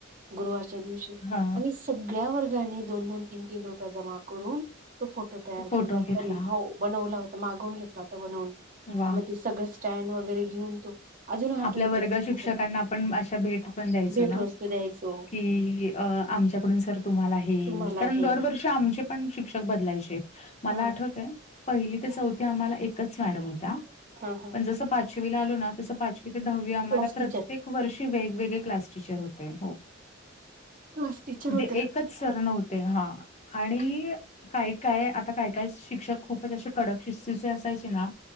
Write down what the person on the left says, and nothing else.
हा
फोटो
घेतला
वा
आपल्या वर्ग
शिक्षकांना आपण अशा, भेट पण द्यायचो
ना.
कि अ आमच्याकडून सर तुम्हाला हे,
कारण
दरवर्षी आमचे पण शिक्षक बदलायचे मला
आठवतंय पहिली ते चौथी आम्हाला एकच मॅडम होत्या.
पण जस पाचवीला आलो ना, तस पाचवी ते दहावी आम्हाला
प्रत्येक
वर्षी वेगवेगळे क्लास टिचर होते हो
म्हणजे
एकच सर नव्हते हा आणि काय काय आता काय काय शिक्षक खूपच असे कडक शिस्तीचे असायचे ना